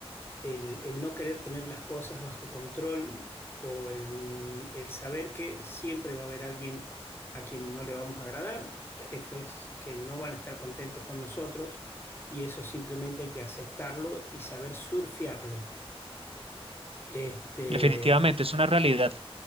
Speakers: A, on the left (about 20°); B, on the right (about 65°).
A: el, el no querer tener las cosas bajo control o el, el saber que siempre va a haber alguien a quien no le vamos a agradar, jefes que no van a estar contentos con nosotros y eso simplemente hay que aceptarlo y saber surfearlo. Este,
B: Definitivamente es una realidad